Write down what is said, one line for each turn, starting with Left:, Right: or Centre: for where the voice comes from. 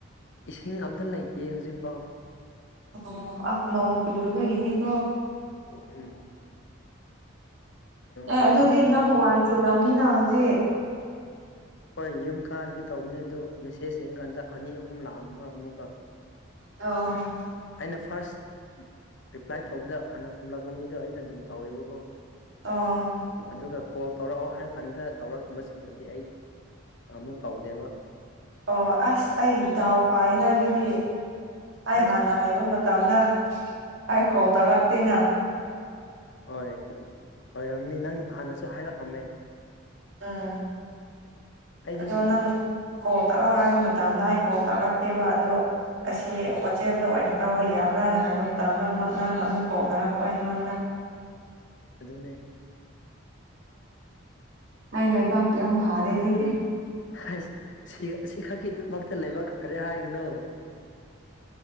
Left: ꯏꯁꯤꯡ ꯑꯝꯇ ꯂꯩꯇꯦ ꯍꯧꯖꯤꯛꯐꯥꯎ
Right: ꯑꯣ ꯑꯐ ꯅꯣꯡꯣꯡ ꯆꯗꯕꯒꯤꯅꯤ ꯀ꯭ꯔꯣ
Left: ꯎꯝ ꯅꯣꯡ
Right: ꯑꯦ
Left: ꯆꯨꯔꯗꯤ
Right: ꯑꯗꯨꯗꯤ
Left: ꯈꯔ
Right: ꯅꯪ
Left: ꯂꯥꯛꯀꯅꯤ
Right: ꯋꯥꯏ ꯇꯤꯜꯂꯝꯅꯤꯅ ꯍꯧꯖꯤꯛ
Left: ꯍꯣꯏ ꯌꯨꯝ ꯀꯥꯔꯒ ꯇꯧꯕꯅꯦ ꯑꯗꯨ ꯃꯦꯁꯦꯖ ꯌꯦꯡꯀꯥꯟꯗ ꯑꯅꯤ ꯑꯍꯨꯝ ꯂꯥꯛꯑꯝꯕ ꯑꯃꯨꯛꯀ
Right: ꯑ
Left: ꯑꯩꯅ ꯐꯥꯔꯁ ꯔꯤꯄ꯭ꯂꯥꯏ ꯇꯧꯕꯗ ꯍꯥꯟꯅ ꯈꯨꯝꯂꯛꯄ ꯃꯤꯗꯣ ꯑꯩꯅ ꯑꯗꯨꯝ ꯇꯧꯋꯦꯕꯀꯣ
Right: ꯑ
Left: ꯑꯗꯨꯒ ꯀꯣꯜ ꯇꯧꯔꯛꯑꯣ ꯍꯥꯏꯔ ꯀꯥꯟꯗ ꯇꯧꯔꯛꯇꯕꯁꯤꯡꯕꯨꯗꯤ ꯑꯩ ꯀꯃꯨꯛ ꯇꯧꯗꯦꯕ
Right: ꯑꯣ ꯑꯁ ꯑꯩ ꯗꯥꯥꯎ ꯐꯥꯏꯅ ꯑꯗꯨꯗꯤ ꯑꯩ
Left: ꯑꯁ
Right: ꯍꯥꯟꯅ ꯍꯥꯏꯕ ꯃꯇꯝ ꯃꯇꯝꯗ ꯑꯩ ꯀꯣ ꯇꯧꯔꯛꯇꯦꯅ
Left: ꯍꯣꯏ ꯑꯣꯏꯔꯝꯅꯤ ꯅꯪ ꯍꯥꯟꯅꯁꯨ ꯍꯥꯏꯔꯛꯑꯝꯃꯦ
Right: ꯎꯝ
Left: ꯑꯩꯗꯤ
Right: ꯑꯗꯣ ꯅꯪ ꯀꯣꯜ ꯇꯥꯔꯣ ꯍꯥꯏꯕ ꯃꯇꯝꯗ ꯀꯣꯜ ꯇꯧꯔꯛꯇꯦꯕ ꯑꯗꯣ ꯑꯁꯤ ꯋꯥꯆꯦꯞꯇ ꯑꯣꯏꯅ ꯇꯧꯕ ꯌꯥꯕ꯭ꯔꯥꯅ ꯍꯥꯏꯕ ꯃꯇꯝꯗ ꯅꯪꯅ ꯑꯃꯨꯛ ꯀꯧꯊꯔꯛꯄ ꯑꯩꯉꯣꯟꯗ
Left: ꯑꯗꯨꯅꯦ
Right: ꯑꯩ ꯂꯩꯕꯥꯛꯀꯤ ꯌꯥꯝ ꯐꯥꯔꯦ ꯑꯗꯨꯗꯤ
Left: ꯍꯁ ꯁꯤ ꯁꯤꯈꯥꯀꯤꯗꯃꯛꯇ ꯂꯩꯕꯥꯛ ꯐꯔꯦ ꯍꯥꯏꯒꯅꯨ